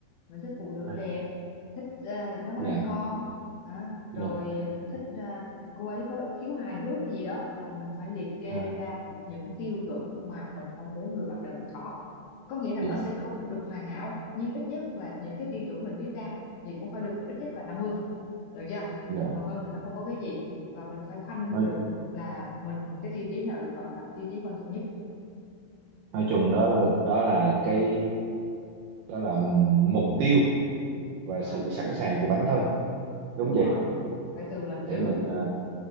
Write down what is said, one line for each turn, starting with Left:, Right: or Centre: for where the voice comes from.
Left: mình thích phụ nữ
Right: À,
Left: đẹp thích à, nấu ăn
Right: dạ
Left: ngon à, rồi
Right: dạ
Left: à, mình thích à, cô ấy có khiếu hài hước cái gì đó là mình phải liệt kê
Right: dạ
Left: ra được những tiêu chuẩn mà mình mong muốn người bạn đời mình có có nghĩa là
Right: dạ
Left: nó sẽ không được hoàn hảo nhưng ít nhất là những cái tiêu chuẩn mình viết ra thì cũng phải được ít nhất là năm mươi được chưa
Right: dạ.
Left: còn hơn là nó không có cái gì và mình phải khoanh
Right: nói
Left: được là mình cái tiêu chí nào được gọi là tiêu chí quan trọng nhất
Right: nói chung đó là- đó là cái đó là mục tiêu và
Left: rồi
Right: sự sẵn sàng của bản thân đúng
Left: đúng
Right: vậy
Left: rồi phải từ mình
Right: để
Left: trước
Right: mình ờ,